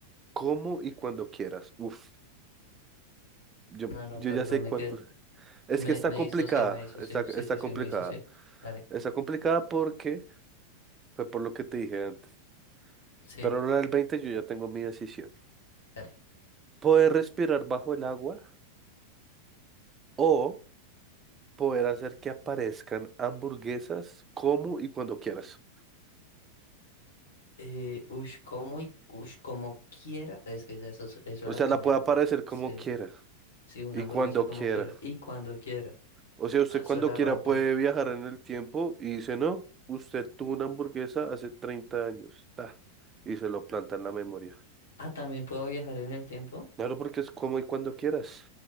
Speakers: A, on the right; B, on the left.
A: como y cuando quieras. Uf, yo,
B: No, no,
A: yo
B: perdón,
A: ya sé
B: me
A: cuál.
B: que
A: pues. Es
B: me,
A: que está
B: me
A: complicada,
B: disocié, me disocié.
A: está,
B: Sí,
A: está
B: sí,
A: complicada.
B: sí, me disocié. Dale,
A: Está complicada porque fue por lo que te dije antes.
B: sí,
A: Pero la del 20 yo ya tengo mi decisión.
B: dale.
A: Poder respirar bajo el agua o poder hacer que aparezcan hamburguesas como y cuando quieras.
B: Eh, ush, como y ush, como quiera. Es que ya eso, es- eso
A: O
B: la
A: sea,
B: cambia.
A: la puede aparecer como
B: Sí,
A: quiera
B: sí, una
A: y
B: hamburguesa
A: cuando
B: como
A: quiera.
B: quiera. Y cuando quiera.
A: O sea, usted
B: No, eso
A: cuando
B: la
A: quiera
B: rompe.
A: puede viajar en el tiempo y dice, no, usted tuvo una hamburguesa hace 30 años, ta, y se lo planta en la memoria.
B: Ah, también puedo viajar en el tiempo.
A: Claro, porque es como y cuando quieras.